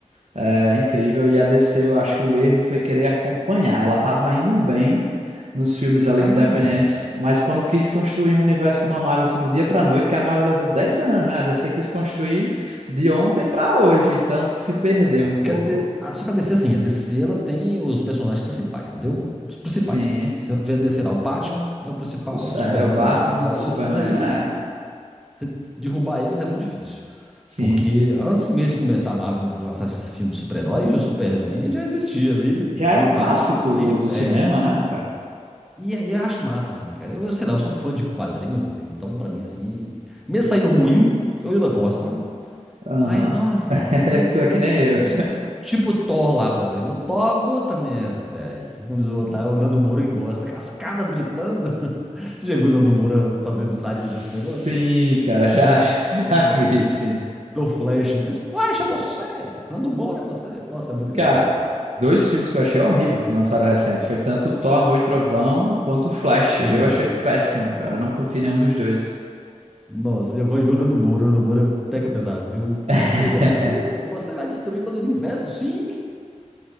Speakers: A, on the right; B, in the centre.
A: é, incrível e a DC, eu acho que o erro foi querer acompanhar. Ela estava indo bem nos filmes ali
B: é
A: independentes,
B: moço.
A: mas quando quis construir um universo como a Marvel, assim, do dia para noite, que a Marvel levou 10 anos, né? A DC quis construir de ontem para hoje, então se perdeu
B: É
A: um
B: porque
A: pouco.
B: a D- a- só que a DC, assim, a DC, ela tem os personagens principais, entendeu? Os principais.
A: Sim.
B: Você vai ver a DC lá, o Batman é o principal,
A: O,
B: o Super-Homem
A: é, o Batman,
B: também é o principal
A: Superman,
B: ali, esses aí,
A: é,
B: você derrubar eles é muito difícil.
A: sim.
B: Porque antes mesmo de começar a Marvel de lançar esses filmes de super-heróis, o Superman já existia ali,
A: Já era
B: e
A: um
B: o Batman
A: clássico
B: sempre
A: do, do cinema,
B: é.
A: né, cara?
B: E aí eu acho massa, assim, cara. Eu, sei lá, eu sou fã de quadrinhos, então pra mim, assim, mesmo saindo ruim, eu ainda gosto, sabe?
A: Aham.
B: Mas, nossa,
A: <laughs> É
B: mas
A: que tu
B: tem.
A: é que nem eu.
B: deixa- Tipo o Thor lá, por exemplo. O Thor, puta merda, velho. Como diz o outro lá, o Nando Moura que gosta, aquelas cabras gritando. <laughs> Você já viu o Nando Moura fazendo sátira
A: Sim,
B: desse negócio?
A: cara, já, <laughs> já,
B: Nossa
A: já vi, sim.
B: do Flash. Mas Flash é você! Nando Moura é você! Nossa, é muito engraçado.
A: Cara, dois filmes que eu achei horrível que lançaram recente. Foi tanto Thor, Amor e Trovão quanto Flash.
B: Sim.
A: Eu achei péssimo,
B: Nossa.
A: cara. Eu não curti nenhum dos dois.
B: Nossa, eu gosto de ver o Nando Moura. O Nando Moura pega pesado, viu? Seu
A: <laughs>
B: imbecil, você vai destruir todo o universo? Sim!